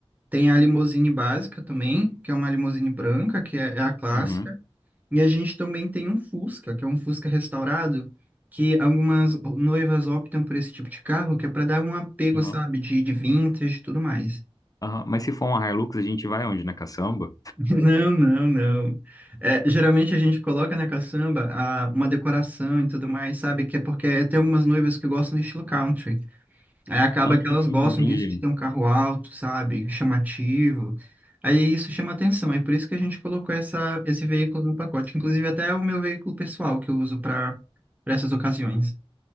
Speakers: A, on the right; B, on the left.
A: tem a limousine básica também, que é uma limousine branca, que é, é a clássica,
B: Uhum,
A: e a gente também tem um Fusca, que é um Fusca restaurado, que algumas noivas optam por esse tipo de carro, que é para dar um apego,
B: uhum,
A: sabe, de, de vintage e tudo mais.
B: aham. Mas se for uma Hilux, a gente vai onde? Na caçamba?
A: Não, não, não. É, geralmente a gente coloca na caçamba ah, uma decoração e tudo mais, sabe? Que é porque tem algumas noivas que gostam do estilo country. Aí acaba
B: Ah,
A: que elas gostam
B: hum, entendi.
A: disso, de ter um carro alto, sabe? Chamativo. Aí isso chama atenção. É por isso que a gente colocou essa, esse veículo no pacote. Inclusive até é o meu veículo pessoal que eu uso para para essas ocasiões.